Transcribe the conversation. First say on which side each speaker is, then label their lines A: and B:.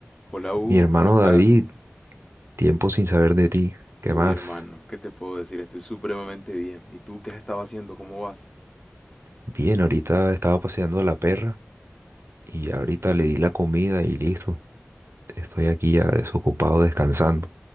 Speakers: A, on the left; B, on the right.
A: Hola Hugo,
B: Mi hermano
A: ¿cómo estás?
B: David, tiempo sin saber de ti. ¿Qué
A: Uy,
B: más?
A: hermano, ¿qué te puedo decir? Estoy supremamente bien. ¿Y tú qué has estado haciendo? ¿Cómo vas?
B: Bien, ahorita estaba paseando a la perra y ahorita le di la comida y listo. Estoy aquí ya desocupado descansando.